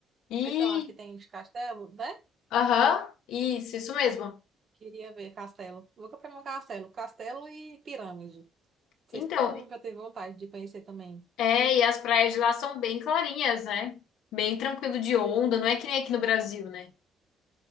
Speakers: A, on the left; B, on the right.
A: E
B: Não sei, sei lá, que tem de castelo, né?
A: Aham, isso, isso mesmo.
B: Queria ver castelo. Nunca fui num castelo. Castelo e pirâmide. Não sei
A: Então,
B: se tu já teve vontade de conhecer também.
A: É, e as praias de lá são bem clarinhas, né? Bem tranquilo de onda, não é que nem aqui no Brasil, né?